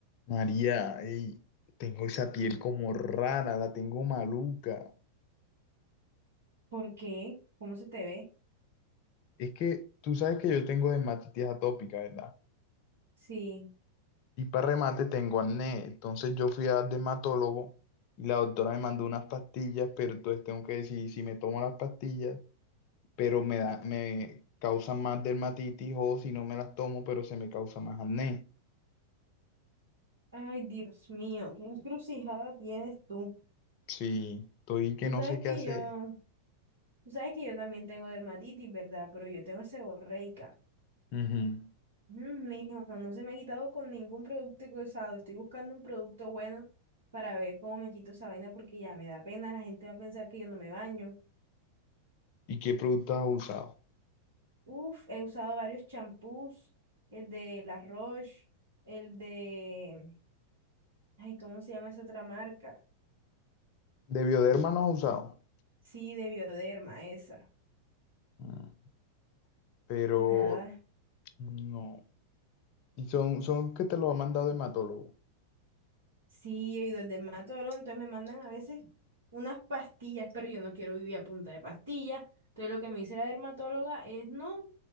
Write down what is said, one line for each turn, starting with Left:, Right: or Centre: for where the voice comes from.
Left: María, ey, tengo esa piel
Right: Mm.
Left: como rara, la tengo maluca.
Right: ¿Por qué? ¿Cómo se te ve?
Left: Es que tú sabes que yo tengo dermatitis atópica, ¿verdad?
Right: Sí.
Left: Y para remate tengo acné. Entonces yo fui a dermatólogo y la doctora me mandó unas pastillas, pero entonces tengo que decidir si me tomo las pastillas, pero me da, me causan más dermatitis o si no me las tomo, pero se me causa más acné.
Right: Ay, Dios mío, qué encrucijada tienes tú.
Left: Sí, estoy que
Right: Tú
Left: no
Right: sabes
Left: sé qué
Right: que
Left: hacer.
Right: yo, tú sabes que yo también tengo dermatitis, ¿verdad? Pero yo tengo seborreica.
Left: Ujú.
Right: Mm, mijo, no se me ha quitado con ningún producto cruzado. Estoy buscando un producto bueno para ver cómo me quito esa vaina porque ya me da pena. La gente va a pensar que yo no me baño.
Left: ¿Y qué productos has usado?
Right: Uf, he usado varios champús, el de La Roche, el de, ay, ¿cómo se llama esa otra marca?
Left: ¿De Bioderma no has usado?
Right: Sí, de bioderma esa.
Left: Mm. Pero
Right: Y nada.
Left: No. Y son, son que te lo ha mandado hematólogo.
Right: Sí, yo he ido al dermatólogo, entonces me mandan a veces unas pastillas, pero yo no quiero vivir a punta de pastillas. Entonces lo que me dice la dermatóloga es, no,